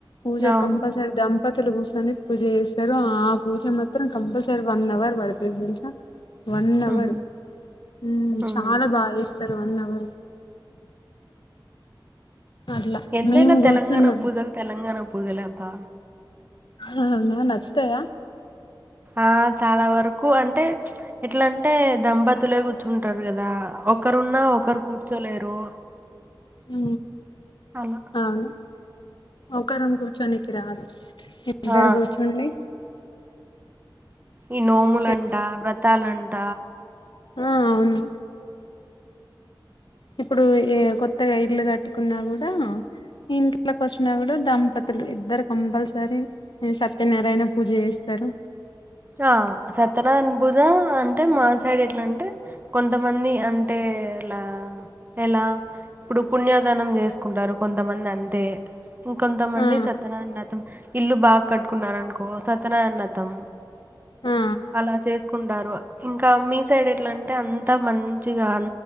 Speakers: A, on the left (about 70°); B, on the right (about 25°).
A: పూజ
B: అవును
A: కంపల్ దంపతులు కూర్చొని పూజ చేస్తారో ఆ పూజ మాత్రం కంపల్సరీ వన్ అవర్ పడుతది తెలుసా వన్ అవర్
B: ఉహు
A: ఉ
B: ఉమ్
A: చాలా బాగా చేస్తారు వన్ అవర్ అట్లా
B: ఎంతైనా
A: మేము కూర్చున్నాం
B: తెలంగాణ పూజలు తెలంగాణ పూజలే అబ్బా
A: హ హ నచ్చుతాయ
B: ఆ చాలా వరకు అంటే ఎట్లా అంటే దంపతులే కూర్చుంటారు కదా ఒకరున్నా ఒకరు కూర్చోలేరు
A: ఉ
B: అలా
A: అవును ఒకరు కూర్చొనినికి రాదు ఇద్దరు
B: ఆ
A: కూర్చొని
B: ఈ నోములు
A: చేస్త
B: అంట వ్రతాలు అంట
A: ఆ అవును ఇప్పుడు ఏ కొత్తగా ఇల్లు కట్టుకున్నా కూడా ఇంట్లోకి వచ్చినప్పుడు దంపతులు ఇద్దరు కంపల్సరీ. సత్యనారాయణ పూజ చేస్తారు.
B: ఆ సత్యనారాయణ పూజ అంటే మాసైడ్ ఎట్లా అంటే. కొంతమంది అంటే లా. ఎలా ఇప్పుడు పుణ్యదానం చేసుకుంటారు కొంతమంది అంతే. ఇం కొంతమంది
A: ఆ
B: సత్యనయన్నతం ఇల్లు బాగా కట్టుకున్నారు అనుకో సత్యనయన్నతం.
A: ఆ
B: అలా చేసుకుంటారు. ఇంకా మీ సైడ్ ఎట్లా అంటే అంతా మంచిగా అ.